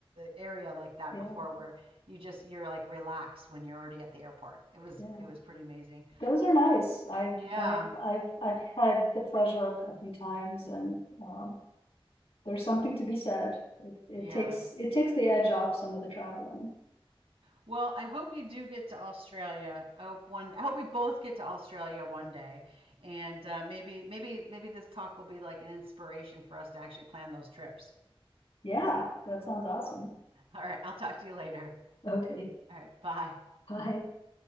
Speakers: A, on the right; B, on the left.
A: area like that
B: yeah,
A: before, where you just you're like relaxed when you're already at the airport. It was
B: yeah.
A: it was pretty amazing.
B: Those are nice. I've,
A: Yeah.
B: I've, I've, I've had the pleasure a few times and, um, there's something to be said. It, it
A: Yeah.
B: takes, it takes the edge off some of the traveling.
A: Well, I hope you do get to Australia. I hope one. I hope we both get to Australia one day, and uh, maybe maybe maybe this talk will be like an inspiration for us to actually plan those trips.
B: Yeah, that sounds awesome.
A: All right, I'll talk to you later.
B: Okay,
A: All right, bye.
B: <laughs> bye.